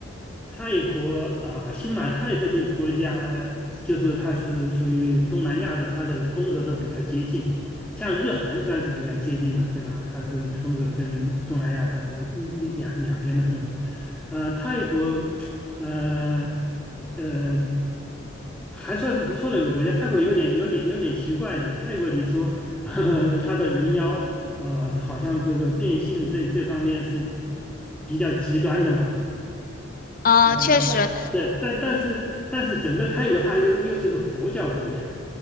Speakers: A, in the centre; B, on the left (about 45°).
A: 泰国啊、呃新马泰这些国家，就是它是属于东南亚的，它的风格都比较接近。像日韩算是比较接近了，对吧？它是风格跟东南亚它是嗯两两边的风格。呃，泰国，呃呃，还算是不错的一个国家。泰国有点有点有点奇怪的，泰国你说，<laughs> 呃它的人妖，呃，好像这个变性这这方面是比较极端的吧。
B: 啊、
A: 嗯，
B: 确实，
A: 但对，但但是但是整个泰国它又又是个佛教国家，